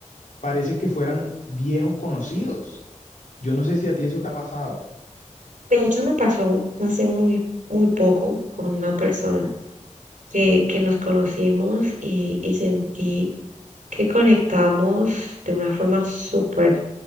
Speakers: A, on the left; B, on the right.
A: parece que fueran viejos conocidos. Yo no sé si a ti eso te ha pasado.
B: De hecho, me pasó hace muy, muy poco con una persona que, que nos conocimos y, y sentí que conectamos de una forma súper,